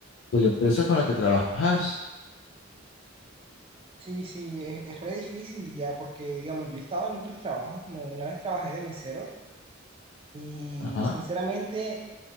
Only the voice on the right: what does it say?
Sí, sí, es, es re difícil ya porque, digamos, yo he estado en otros trabajos, como una vez trabajé de mesero Y
sinceramente,